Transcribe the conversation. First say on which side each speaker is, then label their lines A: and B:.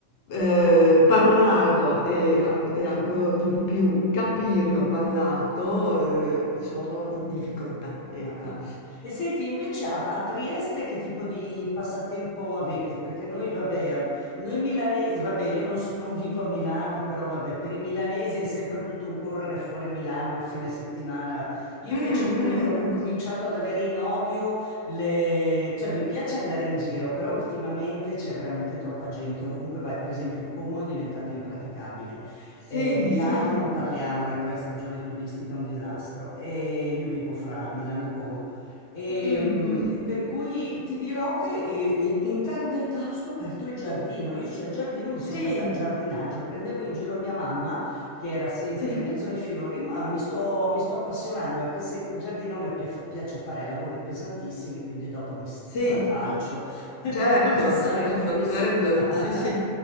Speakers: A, on the left (about 65°); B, on the left (about 80°).
A: eh, parlarlo e, an- e ancora di più capirlo parlato, eh, sono in difficoltà, ecco.
B: Ah, ah. E senti, invece a, a Trieste che tipo di passatempo avete? Perché noi, vabbè, a- noi milanesi, vabbè, io non, s- non vivo a Milano, però vabbè, per i milanesi è sempre tutto un correre fuori Milano il fine settimana. Io
A: Mh,
B: invece ho comi-
A: mh,
B: ho
A: mh.
B: cominciato ad avere in odio le... cioè mi piace andare in giro, però ultimamente c'è veramente troppa gente, ovunque vai, per esempio Como è diventata impraticabile.
A: Sì,
B: Eh, Milano
A: sì.
B: non parliamone, poi in stagione turistica è un disastro. E io vivo fra Milano e Como. Ehm,
A: Mh, mh.
B: E, per cui ti dirò che eh, in tarda età ho scoperto il giardino. Io c'è il giardino, mi
A: Sì,
B: sono data al giardinaggio, prendevo in giro mia mamma che era sempre
A: sì,
B: in mezzo ai fiori, ma mi sto, mi sto appassionando, anche se in giardino a me pia- piace fare lavori pesantissimi, quindi dopo mi strafalcio
A: sì.
B: <laughs>
A: Certo,
B: ogni santo
A: certo,
B: fine
A: certo.
B: settimana.
A: Sì, sì.